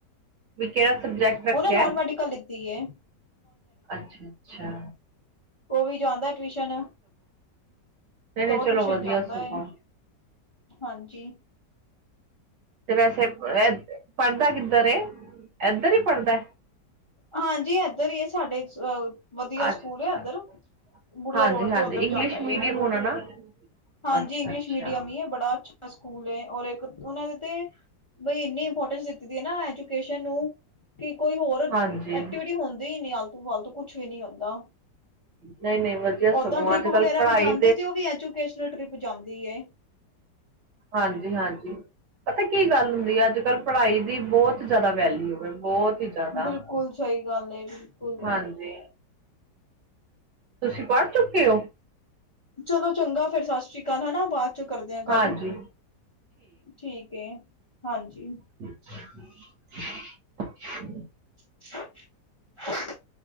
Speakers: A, on the right; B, on the left.
A: ਵੀ ਕੇੜਾ ਸਬਜੈਕਟ ਰੱਖੇਆ।
B: ਉਹਨੇ ਨੋਨ ਮੈਡੀਕਲ ਲਿੱਤੀ ਹੈ।
A: ਅੱਛਾ-ਅੱਛਾ।
B: ਓ ਵੀ ਜਾਂਦਾ ਟਵੀਸ਼ਨ,
A: ਨਹੀਂ ਨਹੀਂ
B: ਦੋ
A: ਚਲੋ
B: ਟੂਸ਼ਨ
A: ਵਧੀਆ
B: ਜਾਂਦਾ
A: ਸਗੋਂ
B: ਏ। ਹਾਂਜੀ
A: ਤੇ ਵੈਸੇ ਐ ਪੜਦਾ ਕਿੱਦਰ ਏ, ਐਦਰ ਈ ਪੜ੍ਹਦਾ।
B: ਹਾਂਜੀ ਐਦਰ ਈ ਐ ਸਾਡੇ ਅ ਵਦੀਆ
A: ਅੱਛਾ
B: ਸਕੂਲ
A: ਅੱਛਾ
B: ਆ ਐਦਰ। ਬੁੜੀਆ
A: ਹਾਂਜੀ-ਹਾਂਜੀ
B: ਰੋਡ ਤੇ ਓਦਰ
A: ਇੰਗਲਿਸ਼
B: ਜਾਂਦਾ
A: ਮੀਡੀਅਮ
B: ਓ,
A: ਹੋਣਾ ਨਾ
B: ਹਾਂਜੀ
A: ਅੱਛਾ-ਅੱਛਾ
B: ਇੰਗਲਿਸ਼ ਮੀਡੀਅਮ ਈ ਏ ਬੜਾ ਅੱਛਾ ਸਕੂਲ ਐ ਔਰ ਇੱਕ ਓਨਾਂ ਦੇ ਤੇ ਬਈ ਇੰਨੀ ਇੰਪੋਟੈਂਸ ਦਿੱਤੀ ਦੀ ਐ ਨਾ ਐਜੂ ਕੇਸ਼ਨ ਨੂੰ ਕੇ ਕੋਈ ਹੋਰ
A: ਹਾਂਜੀ
B: ਜੇੜੀ ਹੁੰਦੀ ਈ ਨੀ ਆਲਤੂ ਫਾਲਤੂ ਕੁਛ ਵੀ ਨੀ ਹੁੰਦਾ।
A: ਨਹੀਂ-ਨਹੀਂ ਵਧੀਆ
B: ਓਦਾਂ
A: ਸਗੋਂ
B: ਟਰਿਪ
A: ਅੱਜ ਕੱਲ੍ਹ
B: ਵਗੈਰਾ
A: ਪੜ੍ਹਾਈ
B: ਵੀ ਜਾਂਦੀ ਤੇ ਓ ਵੀ ਐਜੂਕੇਸ਼ਨਲ ਟਰਿਪ ਜਾਂਦੀ ਐ।
A: ਹਾਂਜੀ-ਹਾਂਜੀ। ਪਤਾ ਕੀ ਗੱਲ ਹੁੰਦੀ ਐ ਅੱਜ-ਕੱਲ ਪੜਾਈ ਦੀ ਬੋਤ ਜਾਦਾ ਵੈਲਿਊ ਐ ਬੋਤ ਈ ਜਾਦਾ,
B: ਬਿਲਕੁਲ ਸਹੀ ਗੱਲ ਹੈ ਬਿਲਕੁਲ
A: ਹਾਂਜੀ ਤੁਸੀਂ ਪੜ ਚੁੱਕੇ ਓਂ।
B: ਚਲੋ ਚੰਗਾ ਫੇਰ ਸਸਰੀ ਕਾਲ ਹਨਾ ਬਾਦ ਚੋਂ ਕਰਦੇ ਆਂ ਕੱਲ।
A: ਹਾਂਜੀ
B: ਠੀਕ ਏ, ਹਾਂਜੀ।
A: <inaudible>
B: <inaudible>